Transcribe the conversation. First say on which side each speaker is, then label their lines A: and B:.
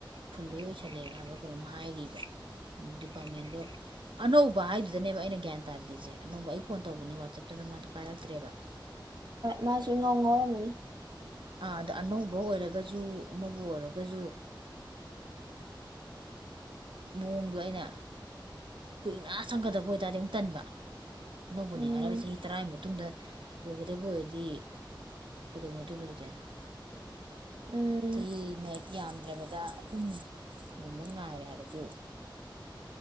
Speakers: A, on the right (about 85°); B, on the right (about 60°).
A: ꯐꯨꯜꯂꯣꯏ ꯑꯣꯏꯁꯜꯂꯦ ꯍꯥꯏꯕ ꯀꯩꯅꯣꯝ ꯍꯥꯏꯔꯤꯕ ꯗꯤꯄꯥꯔꯠꯃꯦꯟꯗꯣ ꯑꯅꯧꯕ ꯍꯥꯏꯗꯨꯗꯅꯦꯕ ꯑꯩꯅ ꯒ꯭ꯌꯥꯟ ꯇꯥꯗ꯭ꯔꯤꯖꯦ ꯑꯅꯧꯕ ꯑꯩ ꯐꯣꯟ ꯇꯧꯕꯅꯤ ꯋꯥꯆꯞꯇ ꯅꯪ ꯑꯗꯨꯝ ꯄꯥꯏꯔꯛꯇ꯭ꯔꯦꯕ <inaudible>
B: ꯃꯥꯖꯨ ꯏꯉꯥꯎ ꯉꯥꯎꯔꯝꯃꯅꯤ
A: ꯥ ꯑꯗ ꯑꯅꯧꯕ ꯑꯣꯏꯔꯒꯖꯨ ꯑꯃꯕꯨ ꯑꯣꯏꯔꯒꯖꯨ ꯃꯑꯣꯡꯗꯣ ꯑꯩꯅ ꯀꯨꯏꯅ ꯆꯪꯒꯗꯕ ꯑꯣꯏꯇꯥꯔꯗꯤ ꯑꯃꯨꯛ ꯇꯟꯕ ꯑꯅꯧꯕꯅꯦ
B: ꯎꯝ
A: ꯍꯥꯏꯔꯒ ꯆꯍꯤ ꯇ꯭ꯔꯥꯏ ꯃꯇꯨꯡꯗ ꯑꯣꯏꯒꯗꯕ ꯑꯣꯏꯔꯗꯤ ꯀꯗꯧꯅꯗꯣꯏꯕ ꯑꯗꯨꯗꯤ
B: ꯎꯝ
A: ꯆꯍꯤ ꯅꯦ ꯌꯥꯝꯗ꯭ꯔꯕꯗ ꯑꯍꯨꯝꯒꯨꯝꯕ ꯉꯥꯏꯔꯦ ꯍꯥꯏꯔꯖꯨ <unintelligible>